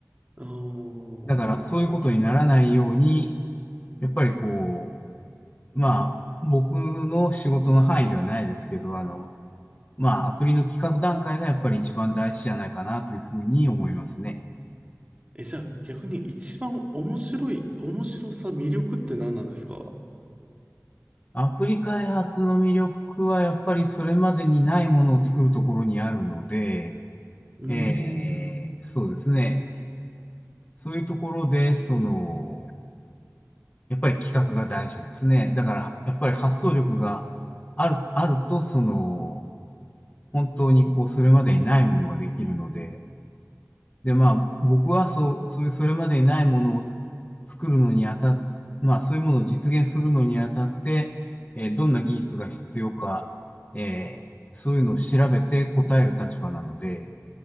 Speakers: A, on the right; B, on the left.
A: ああ、
B: <laughs> だからそういうことにならないように、
A: なるほど。
B: やっぱりこう、まあ、僕の仕事の範囲ではないですけど、あの、まあ、アプリの企画段階がやっぱり一番大事じゃないかなというふうに思いますね。
A: え、じゃあ逆に一番面白い、面白さ、魅力って何なんですかう
B: アプリ開発の魅力はやっぱりそれまでにないものを作るところにあるので、
A: ーん。
B: えーそうですね。そういうところで、その、やっぱり企画が大事ですね。だから、やっぱり発想力がある、あると、その、本当にこう、それまでにないものができるので、で、まあ、僕はそう、そういう、それまでにないものを作るのにあたっ、まあ、そういうものを実現するのにあたって、えーどんな技術が必要か、えーそういうのを調べて答える立場なので、